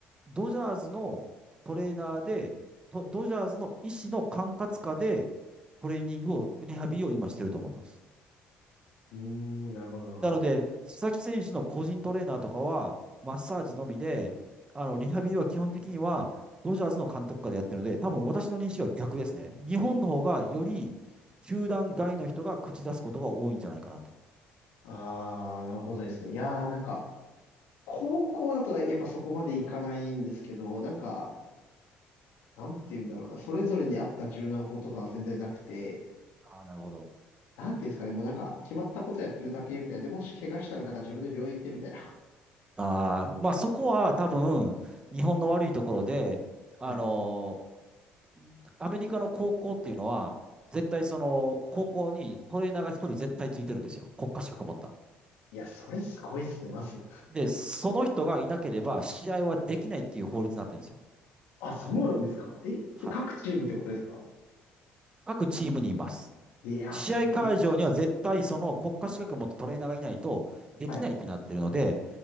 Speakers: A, on the right; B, on the left.
A: ドジャーズのトレーナーで、とドジャーズの医師の管轄下で、トレーニングを、リハビリを今してると思います。
B: ーん、なるほど、なるほど。
A: なので、須崎選手の個人トレーナーとかは、マッサージのみで、あの、リハビリは基本的には、ドジャーズの監督下でやってるので、多分私の認識は逆ですね。日本の方がより、球団外の人が口出すことが多いんじゃないかなと。
B: ああ、なるほどですね。いやー、なんか、高校だとやっぱそこまでいかないんですけど、なんか、なんて言うんだろうな、それぞれに合った柔軟法とかは全然なくて、
A: ああ、なるほど。
B: なんていうんですかね、もうなんか、決まったことやってるだけみたいな。で、もし怪我したらなんか自分で病院行ってみたいな。
A: ああ、まあそこは多分、日本の悪いところで、あのー
B: <laughs> はい。
A: アメリカの高校っていうのは、絶対その、高校にトレーナーが一人絶対ついてるんですよ。国家資格持った。
B: いや、それすごいですね、まず。
A: で、その人がいなければ試合はできないっていう法律になってるんですよ。
B: あ、そうなんですかえ、それ各チームってことですか
A: はい。各チームにいます。
B: いやー、
A: 試合会場には絶対その国家資格を持ったトレーナーがいないとできないってなってるので、
B: すごっ。はい。